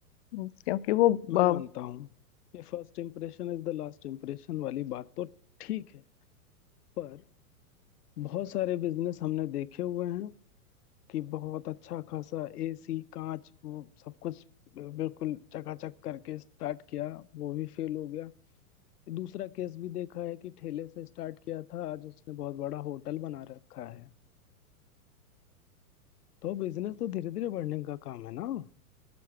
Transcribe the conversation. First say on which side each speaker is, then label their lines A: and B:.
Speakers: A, on the left; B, on the left.
A: क्योंकि वो
B: मैं
A: अ,
B: मानता हूँ ये first impression is the last impression वाली बात तो ठीक है पर बहुत सारे बिजनेस हमने देखे हुए हैं कि बहुत अच्छा खासा एसी कांच वो सब कुछ बिल्कुल चकाचक करके स्टार्ट किया वो भी फेल हो गया दूसरा केस भी देखा है कि ठेले से स्टार्ट किया था आज उसने बहुत बड़ा होटल बना रखा है तो बिजनेस तो धीरे धीरे बढ़ने का काम है ना